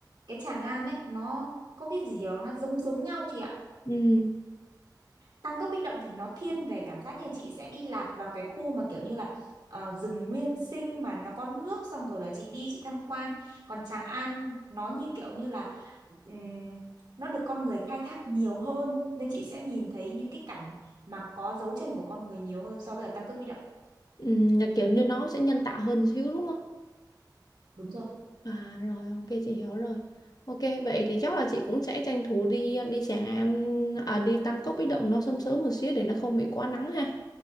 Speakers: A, on the right; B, on the left.
A: cái Tràng An ấy nó có cái gì đó nó giống giống nhau chị ạ
B: ừ,
A: Tam Cốc Bích Động thì nó thiên về cảm giác như chị sẽ đi lạc vào cái khu mà kiểu như là ờ, rừng nguyên sinh mà nó có nước xong rồi là chị đi chị tham quan còn Tràng An nó như kiểu như là ừm, nó được con người khai thác nhiều hơn nên chị sẽ nhìn thấy những cái cảnh mà có dấu chân của con người nhiều hơn so với ở Tam Cốc Bích Động
B: ừ, là kiểu như nó sẽ nhân tạo hơn xíu đúng không?
A: đúng rồi
B: À rồi ok chị hiểu rồi. Ok vậy thì chắc là chị cũng sẽ tranh thủ đi đi Tràng An à, đi Tam Cốc Bích Động nó sớm sớm một xíu để nó không bị quá nắng ha.